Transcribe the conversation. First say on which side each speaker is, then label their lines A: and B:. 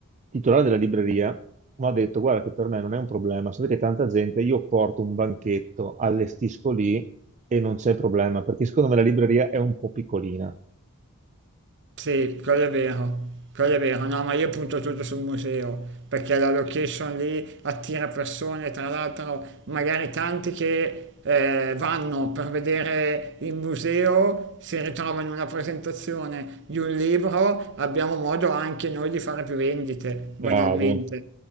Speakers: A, on the right; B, on the right.
A: titolare della libreria mi ha detto: Guarda, che per me non è un problema. Sapete, tanta gente, io porto un banchetto, allestisco lì e non c'è problema perché secondo me la libreria è un po' piccolina.
B: Sì, quello è vero, quello è vero, no, ma io punto tutto sul museo, perché la location lì attira persone, tra l'altro magari tanti che eh, vanno per vedere il museo, si ritrovano in una presentazione di un libro, abbiamo modo anche noi di fare più vendite,
A: Bravo,
B: banalmente.